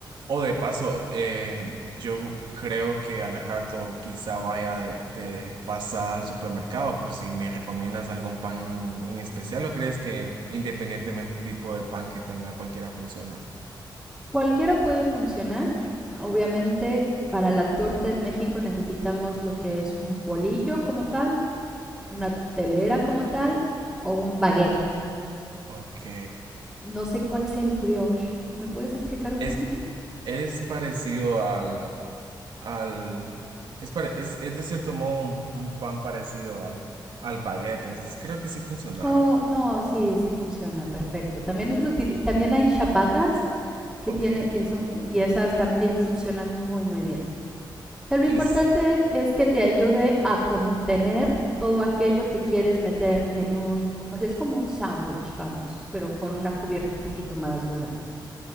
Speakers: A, on the right; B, in the centre.
A: O de paso, eh, yo creo que al rato quizá vaya de, de pasada al supermercado por si me recomiendas algún pan en especial o crees que independientemente tipo de pan que tenga, cualquiera funciona.
B: Cualquiera puede funcionar. Obviamente, para la torta en México necesitamos lo que es un bolillo como tal, una telera como tal o un baguete.
A: Ok.
B: No sé cuál sea el brioche. ¿Me puedes explicar un
A: Es,
B: poquito?
A: es parecido al, al, es, pare- es, es de cierto modo un, un pan parecido al, al baguette, entonces creo que sí funcionará.
B: Oh, no, sí, sí funciona, perfecto. También, lo util- también hay chapatas que
A: Ok.
B: tiene, que son, y esas también funcionan muy, muy bien. O sea, lo
A: Y
B: importante es que te ayude a contener todo aquello que quieres meter en un, o sea, es como un sándwich, vamos, pero con una cubierta un poquito más dura,